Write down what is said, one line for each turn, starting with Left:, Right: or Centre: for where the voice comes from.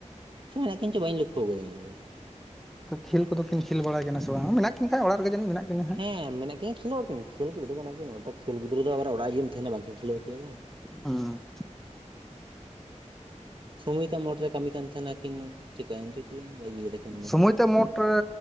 Right: ᱪᱮᱫ ᱢᱮᱱᱟᱠᱤᱱᱟ ᱪᱚᱝ ᱵᱟᱹᱧ ᱞᱚᱠᱷᱚ ᱠᱟᱫᱟᱧ ᱚᱱᱟᱫᱚ
Centre: ᱛᱚ ᱠᱷᱮᱞᱫᱚ ᱠᱤᱱ ᱠᱷᱮᱞ ᱵᱟᱲᱟᱭ ᱠᱟᱱᱟ ᱥᱮ ᱵᱟᱝ ᱢᱮᱱᱟᱜ ᱠᱤᱱ ᱠᱷᱟᱱ ᱚᱲᱟᱜ ᱨᱮ ᱡᱟᱹᱱᱤᱡ ᱢᱮᱱᱟᱜ ᱠᱤᱱᱟ ᱦᱟᱸᱜ
Right: ᱦᱮᱸ ᱢᱮᱱᱟᱜ ᱠᱤᱱᱟ ᱠᱷᱮᱞᱳᱜ ᱟᱠᱤᱱ ᱠᱷᱮᱞ ᱜᱤᱫᱽᱨᱟᱹ ᱠᱟᱱᱟ ᱠᱤᱱ ᱟᱵᱟᱨ ᱠᱷᱮᱞ ᱜᱤᱫᱽᱨᱟᱹ ᱫᱚ ᱵᱟᱨ ᱚᱲᱟᱜ ᱨᱮ ᱡᱩᱫᱤᱢ ᱛᱟᱦᱮᱱᱟ ᱵᱟᱝᱠᱤᱱ ᱠᱷᱮᱞᱳᱜ ᱟᱠᱤᱱ ᱟᱵᱟᱨ
Centre: ᱦᱟᱸ
Right: ᱥᱚᱢᱚᱭ ᱛᱟ ᱢᱳᱴ ᱨᱮ ᱠᱟᱹᱢᱤ ᱠᱟᱱ ᱛᱟᱦᱮᱱᱟ ᱠᱤᱱ ᱪᱤᱠᱟᱹᱭᱮᱱ ᱪᱚ ᱠᱤᱱ ᱠᱤ ᱵᱟᱹᱜᱤ ᱠᱮᱫᱟ ᱠᱤᱱ ᱚᱸᱰᱮ
Centre: ᱥᱚᱢᱚᱭ
Right: ᱦᱚᱸ
Centre: ᱛᱮ ᱢᱳᱴ